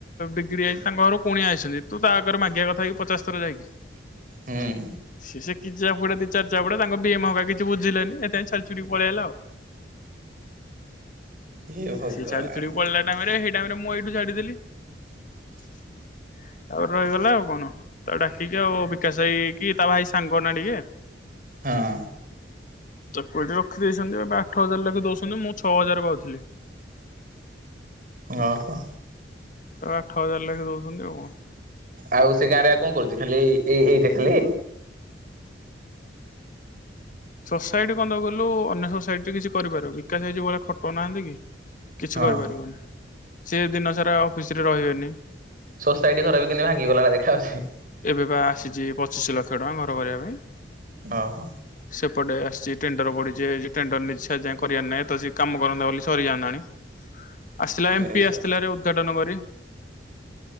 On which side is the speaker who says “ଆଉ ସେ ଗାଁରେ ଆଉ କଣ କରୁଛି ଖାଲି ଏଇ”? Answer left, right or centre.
Right